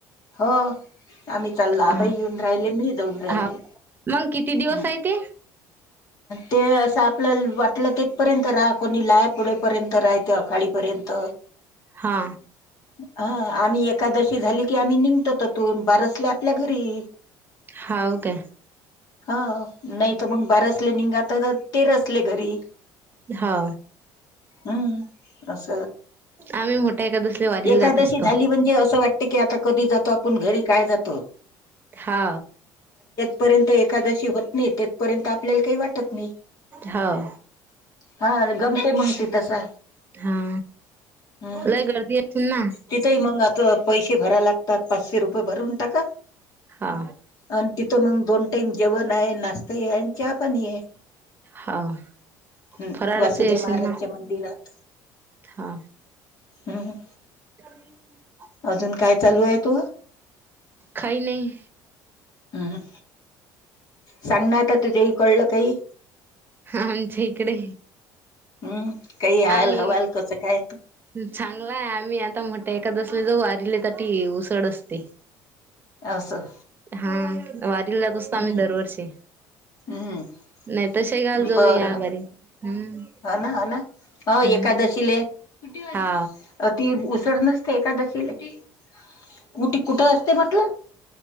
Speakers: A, on the left; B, on the right.
A: हो. आम्ही चालला आबा
B: हा
A: येऊन राहिले मी जाऊन राहिले
B: हाव मग किती दिवस
A: हम.
B: आहे ते?
A: ते असं आपल्याला वाट आपलं तेथपर्यंत राहा कोणी लाय पुढेपर्यंत राहा ते आखाडीपर्यंत.
B: हा.
A: हा आम्ही एकादशी झाली की आम्ही निघतो तिथून बारसले आपल्या घरी.
B: हाव काय
A: <inaudible> हा नाही तर मग बारस निघाले ते असले तिरसला घरी.
B: हा.
A: हम्म. अस
B: आम्ही मोठ्या एकादशीला वारीला
A: एकादशी
B: जात असतो.
A: झाली म्हणजे असं वाटत की आता. कधी जातो आपण घरी काय जातो.
B: हा.
A: पर्यंत एकादशी होत नाही ते. पर्यंत आपल्याला काही वाटत नाही
B: हाव
A: हा गमते मंगते तसा.
B: हा
A: हम्
B: लय गर्दी असेल ना?
A: तिथंही मंग आ. पैसे भरा लागतात पाचशे रुपये भरून टाका
B: हा
A: आणि तिथ मग दोन. टाईम जेवण आहे नाश्ता आहे आणि चहा पाणी आहे.
B: हाव
A: हम्
B: फराळाचं
A: वासुदेव
B: असेल
A: महाराजच्या
B: ना?
A: मंदिरात.
B: हा.
A: हम् हम.
B: <unintelligible>
A: अजून काय चालू आहे तोह..
B: खाय नाही.
A: ह. सांग ना आ तुझेही कळलं काही.
B: आमच्या इकडे
A: हम्म काय हाल
B: आम्ही
A: हवाल कस काय?
B: चांगलाय आम्ही आता म्हणत एखादसले जाऊ दिले ताटी उसळ असते.
A: असं.
B: हा वारीला जात असतो
A: हम्म
B: आम्ही दरवर्षी.
A: हम्म
B: नाही तर शेगावला जाऊ
A: बरं
B: या वारी हम्म
A: ह ना ह ना. हो
B: हम्म
A: एकादशीले ती..
B: हा
A: सोडत नसते एदशीले कुटी कुठ असते म्हटलं.